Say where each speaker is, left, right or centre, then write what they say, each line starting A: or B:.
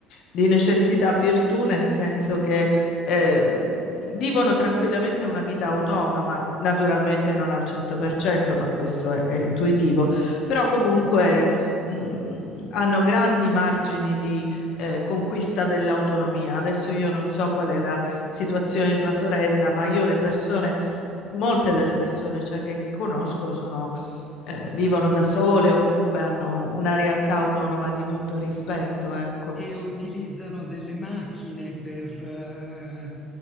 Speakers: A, on the left; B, on the left.
A: di necessità virtù, nel senso che eh, vivono tranquillamente una vita autonoma, naturalmente non al 100%, ma questo è, è intuitivo, però comunque mh, hanno grandi margini di, eh, conquista dell'autonomia. Adesso io non so qual è la situazione di tua sorella, ma io le persone, molte delle persone, cioè, che, che conosco sono, eh, vivono da sole o comunque hanno una realtà autonoma di tutto rispetto, ecco.
B: E utilizzano delle macchine per eh,